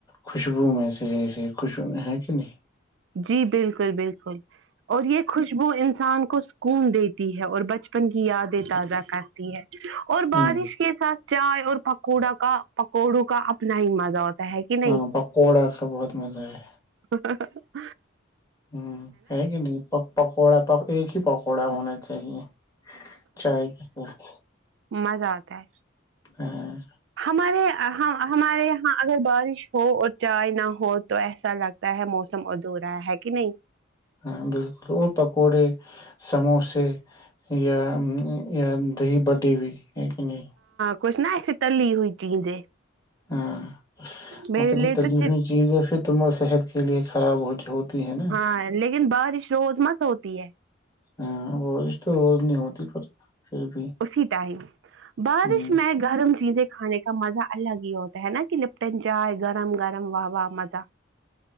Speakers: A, on the left (about 20°); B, on the right (about 65°).
A: خوشبو میں سے خوش چنی <unintelligible>
B: جی بالکل بالکل اور یہ خوشبو انسان کو سکون دیتی تی ہے اور بچپن کی یادیں تازہ کرتی ہے اور بارش
A: ہ
B: کے ساتھ چائے اور پکوڑا کا پکوڑوں کا اپنا ہی مزہ ہوتا ہے کہ نہیں
A: ہاں پکوڑا کا بہت مزہ ہے
B: ہاں
A: ہوں ہےگ نہیں پک پک پکوڑا پ ایک ہی پکوڑا ہونا چاہیے چائے کے ساتھ
B: مزہ آتا ہے
A: ہاں
B: ہمارے ہمارے یہاں اگر بارش ہو اور چائے نہ ہو تو ایسا لگتا ہے موسم ادھورورا ہے کہ نہیں
A: ہاں بالکل اور پکوڑے سموسے یا یا دہی بٹیی ہوئی ایک کہ نہیں
B: کچش ن ایسے تلی ہوئی چیزیں
A: ہاں
B: میرے
A: مک
B: لیے
A: تلیف
B: تو چپس
A: چیز ہے پھر تماری صحت کے لیے خراب ہو ہوتی ہے نا
B: ہاں لیکن بارش روز مت ہوتی ہے
A: ہاں روزش تو روز نہیں ہوتی پر پھر بھی
B: اسی ٹائم بارش
A: ہ
B: میں گرم چیزیں کھانے کا مزہ الگ ہی ہوتا ہے نا کہ لپٹن چائے گرم گرم واہ واہ مز